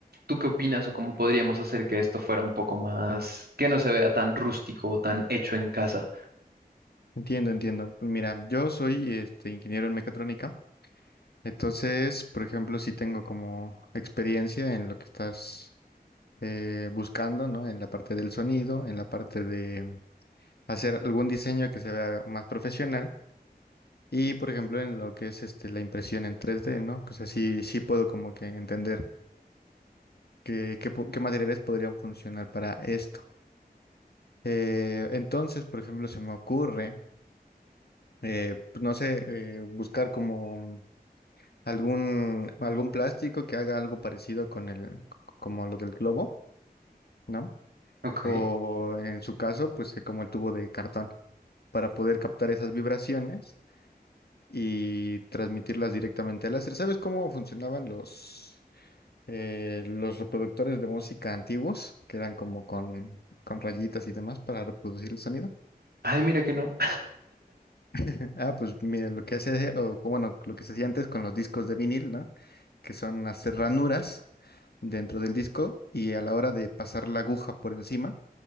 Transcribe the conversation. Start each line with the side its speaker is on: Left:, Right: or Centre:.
Right: ¿tú qué opinas o cómo podríamos hacer que esto fuera un poco más, que no se vea tan rústico o tan hecho en casa?
Left: Entiendo, entiendo. Pues mira, yo soy este ingeniero en mecatrónica, entonces, por ejemplo, sí tengo como experiencia en lo que estás eh, buscando, ¿no? En la parte del sonido, en la parte de mm, hacer algún diseño que se vea más profesional. Y, por ejemplo, en lo que es este, la impresión en tres d ¿no? O sea, sí, sí puedo como que entender qué, qué po- qué materiales podrían funcionar para esto. Eh, entonces, por ejemplo, se me ocurre, eh, pues, no sé, eh, buscar como mm, algún, algún plástico que haga algo parecido con el, como lo del globo, ¿no?
Right: Ok.
Left: O en su caso, pues eh, como el tubo de cartón. para poder captar esas vibraciones y transmitirlas directamente al láser. ¿Sabes cómo funcionaban los, eh, los reproductores de música antiguos, que eran como con, con rayitas y demás para reproducir el sonido?
Right: Ay, mira que no.
Left: <laughs> Ah, pues mira, lo que hace, o como, bueno, lo que se hacía antes con los discos de vinil, ¿no? Que son hacer ranuras dentro del disco y a la hora de pasar la aguja por encima,